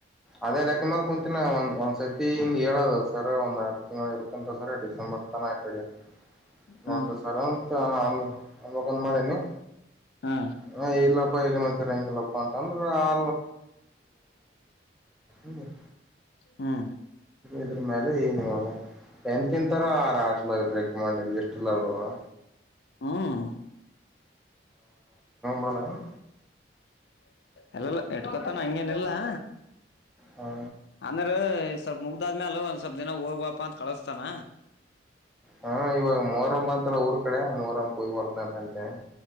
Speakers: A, in the centre; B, on the left.
A: ಅದೇದಾಕ ಮ್ರ ಕುಂತಿನ ಒಂದ್ ಒಂದ್ಸರ್ತಿ ಹಿಂಗಗೆ ಹೇಳದ ಸರ ಒಂದ್ ಆರ್ ತಿಂಗಳು ಇರುತ್ತೆ ಂತ ಸರ ಡಿಸೆಂಬರ್ ತಾನ ಆಕಡೆ
B: ಹ್ಮ್
A: ನೋಡ್ರಿ ಸರ್ ಅಂತ ಅಮಕಂದ ಮಾಡನಿ
B: ಹಾ
A: ಹ ಇಲ್ಲಪ ಇಲ್ಲಿ ಮತ್ತರ ಹಂಗೆಲ್ಲಪ್ಪಾ ಅಂತ ತ್ರ ಆ <unintelligible>
B: ಹ್ಮ
A: ಇದ್ರ ಮೇಲೆ ಈ ನೀವ ಎಂತೆಂಥರಾ ಹಾಸ್ಲಗ್ ಬ್ರೇಕ್ ಮಾಡಿ ಲಿಸ್ಟ್ ಲಾಗಿದ್ದರ
B: ಹ್ಮ್
A: ಬರ್ತದೇನ್
B: ಎಲ್ಲಲ್ಲ ಇಟ್ಕೊತಾನ ಹಂಗೆನಿಲ್ಲಾ
A: ಹಾ
B: ಅಂದ್ರ ಸ್ವಲ್ಪ್ ಮುಗ್ದಾದ್ಮ್ಯಾಲ ಒಂದ್ ಸ್ವಲ್ಪ್ ದಿನ ಹೋಗ್ಬಾಪ ಅಂತ್ ಕಳಸ್ತಾನ.
A: ಹಾ ಇವಾಗ ಮೊಹರಂ ಅಂತಲ್ಲ ಊರ್ ಕಡೆ ಮೊಹ್ರಂ ಕೊಯ್ ಬರ್ತ್ನ್ ಅಂತಂತೆ.